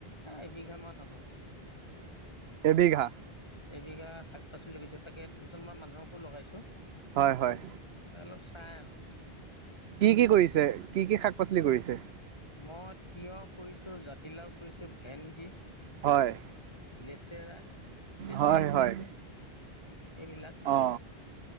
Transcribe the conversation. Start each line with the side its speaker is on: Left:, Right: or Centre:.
Left: এবিঘা মান হ'ব।
Right: এবিঘা
Left: এবিঘা শাক-পাচলি কইছো, তাকে দুজনমান মানুহকো লগাইছোঁ
Right: হয় হয়।
Left: অলপ চাই আহো।
Right: কি কি কৰিছে? কি কি শাক-পাচলি কৰিছে?
Left: মই তিয়ঁহ কৰিছোঁ জাতিলাও কৰিছোঁ ভেণ্ন্দি
Right: হয়
Left: নেচেৰা নেচেৰি
Right: হয়
Left: কৰিছোঁ
Right: হয়
Left: এইবিলাক
Right: অ